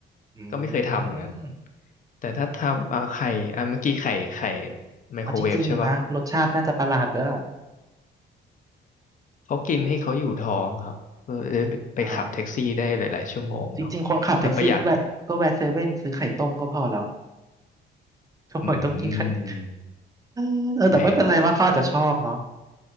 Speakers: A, on the right (about 20°); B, on the left (about 40°).
A: อื
B: ก็ไม่เคยทำเหมือนกัน
A: ม
B: แต่ถ้าทำอ่าไข่อ่าเมื่อกี้ไข่ไข่ไมโครเวฟใช่ป่ะ
A: เอาจริงๆนะรสชาติน่าจะประหลาดด้วย
B: เขากินให้เขาอยู่ท้องครับเพื่อจะได้ไปขับแท็กซี่ได้หลายๆชั่วโมงเนาะ
A: อ่าจริงๆคนขับแท็กซี่ก็แวะก็แวะเซเว่นซื้อไข่ต้มก็พอแล้ว
B: แล้วประหยัดอื
A: โอ้ยต้องกินไข่ดิบ
B: ม
A: เออเออแต่ไม่เป็นไรว่าเขาอาจจะชอบเนาะ
B: แหม